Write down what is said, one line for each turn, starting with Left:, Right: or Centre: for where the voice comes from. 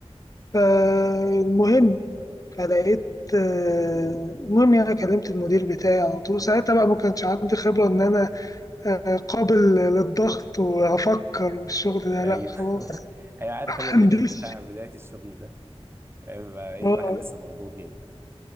Left: فالمهم فلقيت آه، المهم يعني كلمت المدير بتاعي على طول ساعتها بقى ما كانش عندي خبرة إن أنا آه، قابل للضغط وأفكر والشغل ده
Right: ايوه
Left: لأ خلاص
Right: <laughs> ايوه عارف
Left: مهندس
Right: انا الليفل بتاع بدايه الشغل ده هيبقى ايه
Left: اه
Right: الواحد لسه مخضوض يعني